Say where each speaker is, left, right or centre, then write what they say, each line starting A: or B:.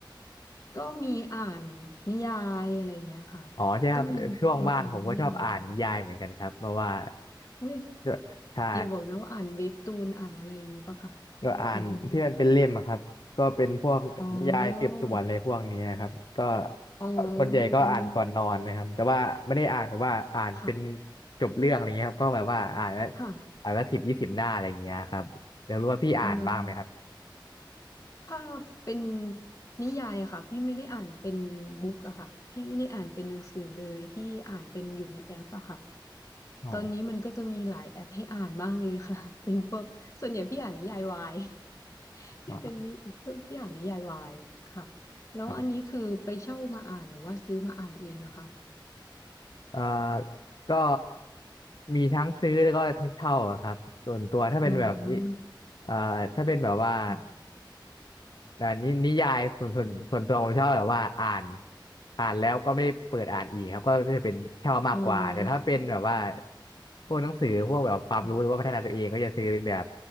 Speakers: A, on the left; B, on the left.
A: ก็มีอ่านนิยายอะไรอย่างเงี้ยค่ะ
B: อ๋อใช่ครับช่วงว่างผมก็ชอบอ่านนิยายเหมือนกันครับเพราะว่า
A: ก็มีมาอ่านนิยายอุ้ย
B: ด้วยใช่
A: อย่าบอกนะว่าอ่านเว็บตูนอ่านอะไรอย่างงี้ปะค่ะ
B: ก็อ่านที่มันเป็นเล่มอะครับก็เป็นพวกนิยายสืบสวนอะไรพวกเนี้ยครับก็
A: หรือยังไงอ๋ออ๋อ
B: ส่วนใหญ่ก็อ่านก่อนนอนนะครับแต่ว่าไม่ได้อ่านแต่ว่าอ่านเป็น
A: อันนี้ค่ะ
B: จบเรื่องอะไรเงี้ยครับก็แบบว่าอ่านแล้ว
A: ค่ะ
B: อ่านแล้วสิบยี่สิบหน้าอะไรเงี้ยครับอยากรู้ว่าพี่อ่านบ้างไหมครับ
A: อ๋อ ถ้าเป็นนิยายอะค่ะพี่ไม่ได้อ่านเป็นบุ๊กอะค่ะพี่ไม่ได้อ่านเป็นหนังสือเลยพี่อ่านเป็นอยู่ในแอปอะค่ะ
B: อ๋อ
A: ตอนนี้มันก็จะมีหลายแอปให้อ่านมากเลยค่ะ <laughs> เป็นพวกส่วนใหญ่พี่อ่านนิยายวาย <laughs> พี่เป็นนิเพิ่งพี่อ่านนิยายวายค่ะ
B: อ๋อ
A: แล้วอันนี้คือไปเช่ามาอ่านหรือว่าซื้อมาอ่านเองอะค่ะ
B: ครับเอ่อก็มีทั้งซื้อแล้วก็ทั้งเช่าอะครับส่วนตัวถ้าเป็นแบบนี้
A: อืม
B: เอ่อถ้าเป็นแบบว่า
A: ค่ะ
B: แต่นินิยายส่วนส่วนส่วนตัวผมชอบแบบว่าอ่านอ่านแล้วก็ไม่ได้เปิดอ่านอีกครับก็จะเป็นเช่ามากกว่าแต่ถ้าเป็นแบบว่า
A: อ๋อ
B: พวกหนังสือพวกแบบความรู้หรือว่าพัฒนาตัวเองก็จะซื้อเป็นแบบ
A: ค่ะ